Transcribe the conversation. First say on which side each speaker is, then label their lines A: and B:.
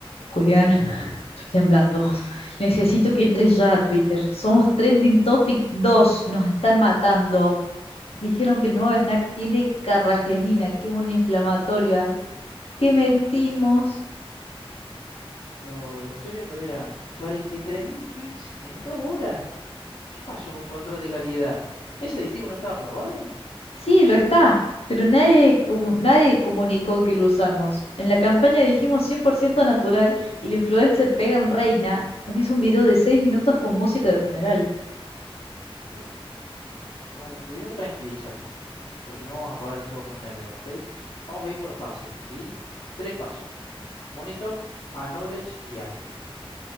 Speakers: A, on the left (about 85°); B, on the left (about 65°).
A: Julián, estoy temblando. <laughs> Necesito que entres ya a Twitter. Somos Trending Topic dos, Nos están matando. Dijeron que el nuevo snack tiene carragenina, que es una inflamatoria. ¡Qué mentimos!
B: Lo, lo estoy viendo, era Vera. mil tweets en dos horas. ¿Qué pasó con control de calidad? ¿Ese aditivo no estaba aprobado?
A: Sí, lo está, pero nadie, comu- nadie comunicó que lo usamos. En la campaña dijimos 100% natural y la influencer Pegan Reina nos hizo un video de 6 minutos con música de funeral.
B: Uh, puta ma- Bueno, primero tranquilízate, porque no vamos a apagar el fuego con nervios, ¿ok? Vamos a ir por fases, ¿sí? Tres pasos. Monitor, Acknowledge y Act.